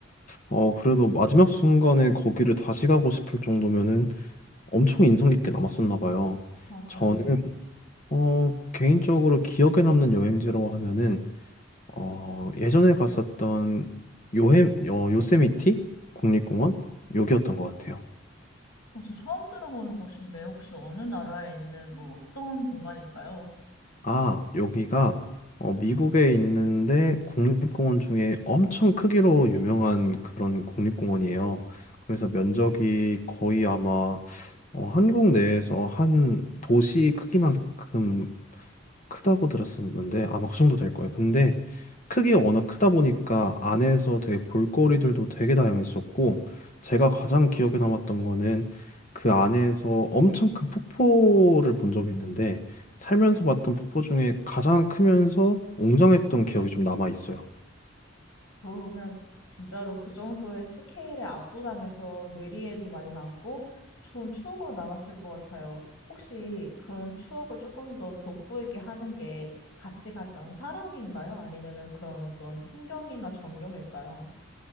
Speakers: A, on the left (about 40°); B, on the left (about 75°).
A: 어, 그래도 마지막 순간에 거기를 다시 가고 싶을 정도면은 엄청 인상 깊게 남았었나 봐요.
B: 맞아요.
A: 저는, 어, 개인적으로 기억에 남는 여행지라고 하면은, 어, 예전에 갔었던 요헤, 어, 요세미티 국립공원? 여기였던 것 같아요.
B: 어, 저 처음 들어보는 곳인데, 혹시 어느 나라에 있는 뭐 어떤 공간일까요?
A: 아, 여기가 어, 미국에 있는데 국립공원 중에 엄청 크기로 유명한 그런 국립공원이에요. 그래서 면적이 거의 아마 어, 한국 내에서 한 도시 크기만큼 크다고 들었었는데 아마 그 정도 될 거예요. 근데 크기가 워낙 크다 보니까 안에서 되게 볼거리들도 되게 다양했었고 제가 가장 기억에 남았던 거는 그 안에서 엄청 큰 폭포를 본 적이 있는데 살면서 봤던 폭포 중에 가장 크면서 웅장했던 기억이 좀 남아 있어요.
B: 그러면 진짜로 그 정도의 스케일에 압도당해서 뇌리에도 많이 남고 좋은 추억으로 남았을 것 같아요. 혹시 그런 추억을 조금 더 돋보이게 하는 게 같이 갔던 사람인가요? 아니면은 그런 어떤 풍경이나 전경일까요?